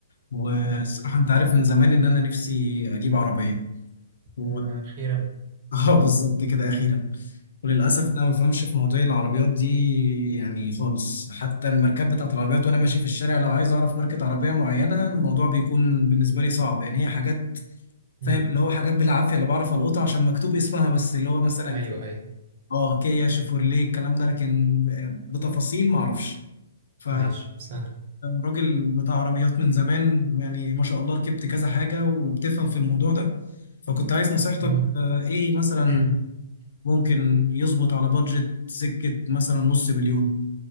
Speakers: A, on the left; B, on the right.
A: والصراحه
B: جميل.
A: انت عارف من زمان ان انا نفسي اجيب عربيه و...
B: آه، أخيرا
A: <laughs> اه بالظبط كده اخيرا وللاسف انا ما بفهمش في مواضيع العربيات دي يعني خالص حتى الماركات بتاعت العربيات وانا ماشي في الشارع لو عايز اعرف ماركه عربيه معينه الموضوع بيكون بالنسبه لي صعب يعني هي حاجات
B: مم.
A: فاهم اللي هو حاجات بالعافيه اللي بعرف القطها عشان مكتوب اسمها بس اللي هو مثلا
B: أيوه أيوه
A: اه كيا شيفورليه الكلام ده لكن بتفاصيل ما اعرفش ف
B: ماشي سهل
A: راجل بتاع عربيات من زمان يعني ما شاء الله ركبت كذا حاجه وبتفهم في الموضوع ده فكنت عايز نصيحتك
B: مم.
A: آه، ايه مثلا
B: <clears throat>
A: ممكن يظبط على بادجت سكه مثلا نص مليون